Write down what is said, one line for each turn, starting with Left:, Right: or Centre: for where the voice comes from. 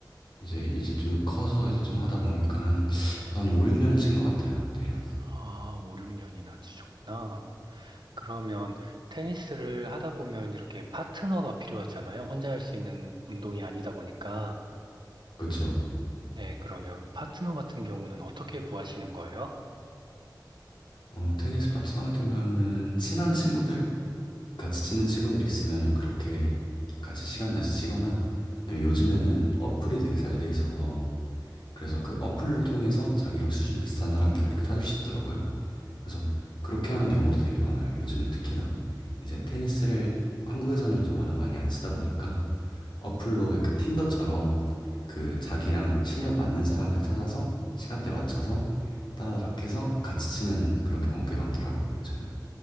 Left: 이제, 이제 좀 커서 이제 좀 하다 보니까 한, 한 5, 6년은 친 것 같아요, 대략.
Right: 아, 5, 6년이나 치셨구나. 그러면 테니스를 하다 보면 이렇게 파트너가 필요하잖아요. 혼자 할 수 있는 운동이 아니다 보니까.
Left: 그쵸.
Right: 네, 그러면 파트너 같은 경우는 어떻게 구하시는 거예요?
Left: 어, 테니스 파트너 같은 경우는 친한 친구들? 같이 치는 친구들 있으면은 그렇게 같이 시간 내서 치거나, 아니면 요즘에는 어플이 되게 잘 돼 있어서, 그래서 그 어플을 통해서 자기랑 수준 비슷한 사람들 이렇게 찾을 수 있더라고요. 그래서 그렇게 하는 경우도 되게 많아요. 요즘은 특히나 이제 테니스를 한국에서는 이제 워낙 많이 안 치다 보니까 어플로 약간 틴더처럼 그 자기랑 실력 맞는 사람들 찾아서 시간대 맞춰서 따라다락 해서 같이 치는 그런 경우가 꽤 많더라고요, 요즘은.